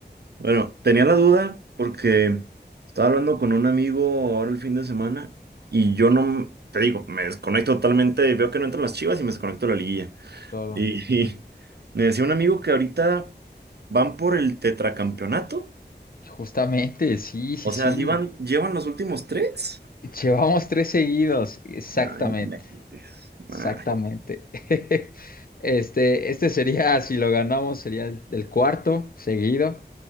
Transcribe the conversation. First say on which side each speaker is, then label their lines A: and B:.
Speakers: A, on the right; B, on the left.
A: Bueno, tenía la duda porque estaba hablando con un amigo ahora el fin de semana y yo no, te digo, me desconecto totalmente, veo que no entran las Chivas y me desconecto de la liguilla.
B: Claro.
A: Y, <laughs> y me decía un amigo que ahorita van por el tetracampeonato,
B: Justamente, sí, sí,
A: o
B: sí.
A: sea, si van, llevan los últimos tres.
B: Llevamos tres seguidos. Exactamente,
A: Ay, no inventes.
B: exactamente.
A: Ay,
B: <laughs> Este, este sería, si lo ganamos, sería el, el cuarto seguido.